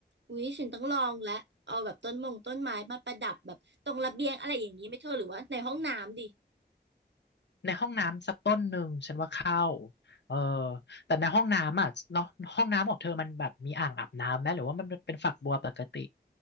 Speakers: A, on the right (about 85°); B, on the left (about 80°).
A: อุ๊ยฉันต้องลองแล้วเอาแบบต้นมงต้นไม้มาประดับแบบตรงระเบียงอะไรอย่างนี้ไหม่เธอหรือว่าในห้องน้ำดิ
B: ในห้องน้ำสักต้นหนึ่งฉันว่าเข้าเออแต่ในห้องน้ำอ่ะเนาะห้องน้ำของเธอมันแบบมีอ่างอาบน้ำไหมหรือว่ามันเป็นฝักบัวปกติ